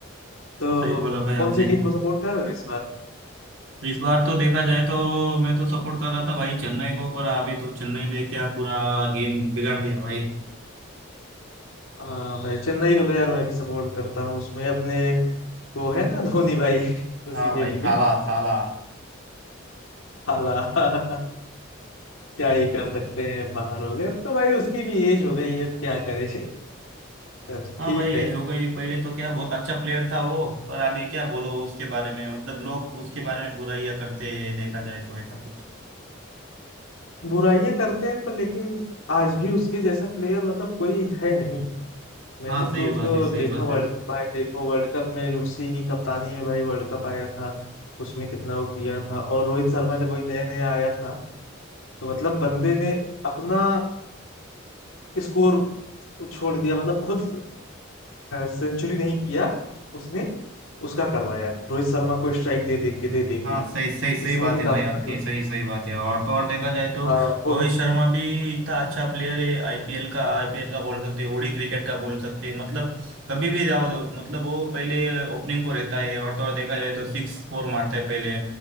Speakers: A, on the left; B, on the right.
A: तो
B: सही बोला भाई
A: कौन
B: आपने
A: सी टीम को सपोर्ट कर रहे हो इस बार
B: इस बार तो देखा जाए तो मैं तो सपोर्ट कर रहा था भाई चेन्नई को पर अभी तो चेन्नई ने क्या पूरा गेम बिगाड़ दिया भाई
A: हाँ भाई चेन्नई को तो यार मैं भी सपोर्ट करता हूँ उसमें अपने वो है ना धोनी भाई <laughs> उसी
B: हाँ
A: के
B: भाई
A: लिए
B: थाला थाला
A: हाला <laughs> क्या ही कर सकते हैं बाहर हो गए अब तो भाई उसकी भी एज हो गई है अब क्या करे <laughs> यार
B: हाँ
A: ठीक
B: भाई
A: है
B: एज हो गई पहले तो क्या बहुत अच्छा प्लेयर था वो पर अभी क्या बोलो उसके बारे में मतलब लोग उसके बारे में बुराइयां करते हैं देखा जाए तो ऐसा कुछ
A: बुराइयां करते हैं पर लेकिन आज भी उसके जैसा प्लेयर मतलब कोई है नहीं मैंने
B: हाँ सही
A: तो
B: बात
A: उसको
B: है सही
A: देखा
B: बात
A: वर्ल्ड
B: है
A: कप भाई देखो वर्ल्ड कप में भी उसी की कप्तानी में भाई वर्ल्ड कप आया था उसमें कितना वो किया था और रोहित शर्मा जब वही नया नया आया था तो मतलब बंदे ने अपना स्कोर छोड़ दिया मतलब खुद सेंचुरी नहीं किया उसने उसका करवाया रोहित शर्मा को स्ट्राइक दे दे के दे दे
B: हाँ
A: के
B: सही सही सही
A: इसमें
B: बात
A: भी
B: है भाई
A: काफी
B: आपकी
A: मतलब
B: सही सही बात है और तो और देखा जाए तो
A: हाँ
B: रोहित
A: और
B: शर्मा भी इतना अच्छा प्लेयर है आईपीएल का आईपीएल का बोल सकते हैं ओडी क्रिकेट का बोल सकते हैं मतलब कभी भी जाओ दो मतलब वो पहले ओपनिंग को रहता है और तो और देखा जाए तो सिक्स फोर मारता है पहले